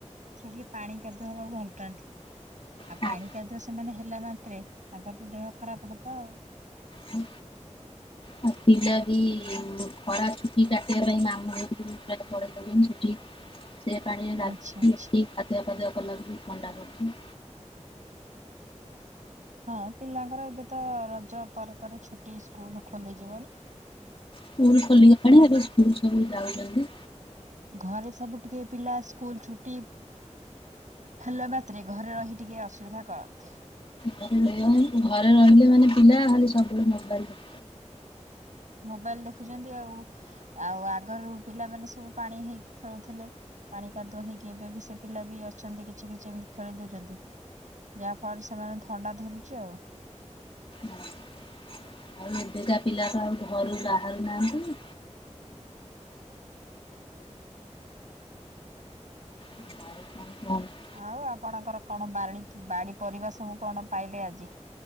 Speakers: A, on the right; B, on the left.
A: ସେ ଟିକେ ପାଣି କାଦୁଅ ହବାକୁ ଭଲ ପାଆନ୍ତି। ଆଉ
B: ଖରାପ।
A: ପାଣି କାଦୁଅ ସେମାନେ ହେଲା ମାତ୍ରେ ତାଙ୍କର ତ ଦେହ ଖରାପ ହବ ଆଉ।
B: ହୁଁ ହଁ। ପିଲା ବି ଖରା ଛୁଟି କାଟିବା ପାଇଁ ମାମୁଁ ଘରକୁ ପ୍ରାୟ ପଳେଇ ଯାଉଛନ୍ତି। ସେଠି ସେ ପାଣିରେ
A: ଆଚ୍ଛା ଆଚ୍ଛା
B: <unintelligible> ଥଣ୍ଡା ହଉଛି।
A: ହଁ ପିଲାଙ୍କର ଏବେ ତ ରଜ ପରେ ପରେ ଛୁଟି ସ୍କୁଲ ଖୋଲିଯିବନା।
B: ସ୍କୁଲ ଖୋଲିଗଲାଣି ଏବେ ସ୍କୁଲ ସବୁ ଯାଉଛନ୍ତି।
A: ଘରେ ସବୁ ଟିକେ ପିଲା ସ୍କୁଲ ଛୁଟି ହେଲା ମାତ୍ରେ ଘରେ ରହି ଟିକେ ଅସୁବିଧା କରନ୍ତି।
B: ଘରେ ରହିବା ଘରେ ରହିଲେ ମାନେ ପିଲା ଖଲି ସବୁବେଳେ ମୋବାଇଲି
A: ମୋବାଇଲ୍ ଦେଖୁଛନ୍ତି ଆଉ। ଆଉ ଆଗରୁ ପିଲାମାନେ ସବୁ ପାଣି ହେଇକି ଖେଳୁଥିଲେ। ପାଣି କାଦୁଅ ହେଇକି ଏବେ ବି ସେ ପିଲା ବି ଅଛନ୍ତି କିଛି କିଛି ଏମତି ଖେଳି ଦଉଛନ୍ତି। ଯାହା ଫଳରେ ସେମାନେ ଥଣ୍ଡା ଧରୁଛି ଆଉ।
B: ହଁ ଆଉ ଏବେକା ପିଲା ତ ଆଉ ଘରୁ ବାହାରୁ ନାହାନ୍ତି। <unintelligible>
A: ଆଉ ଆପଣଙ୍କର କଣ ବାଳିଡି ବାଡି ପରିବା ସବୁ କଣ ପାଇଲେ ଆଜି?